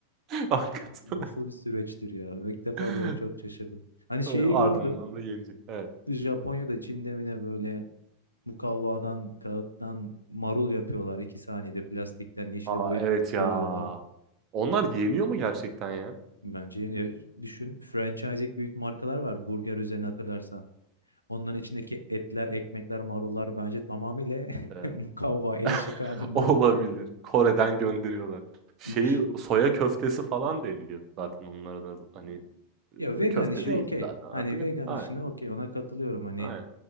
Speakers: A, on the right; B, on the left.
A: Hakikaten.
B: Nasıl bir süreçtir ya. İlk defa
A: <laughs>
B: diyorum çok şaşırdım. Hani şeyi
A: Eee, ardından
B: gördüm.
A: da yenecek. Evet.
B: Japonya'da Çin'de mi ne böyle mukavvadan, kağıttan marul yapıyorlar. iki saniyede plastikten yeşile
A: A,
B: boyayıp
A: evet ya.
B: veriyorlar.
A: Onlar yeniyor mu gerçekten ya?
B: Bence yeni düşün. Franchising büyük markalar var burger üzerine hatırlarsan. Onların içindeki etler, ekmekler, marullar bence tamamıyla <laughs>
A: Eee,
B: mukavva, el
A: <laughs>
B: işi kağıdından
A: olabilir. Kore'den gönderiyorlar. Şeyi,
B: iç.
A: soya köftesi falan deniliyor zaten onlara da. Hani, eee,
B: Ya vegan
A: köfte
B: işi
A: değil
B: okey.
A: zaten artık.
B: Hani vegan
A: Aynen,
B: işine okey ona katılıyorum. Hani
A: aynen.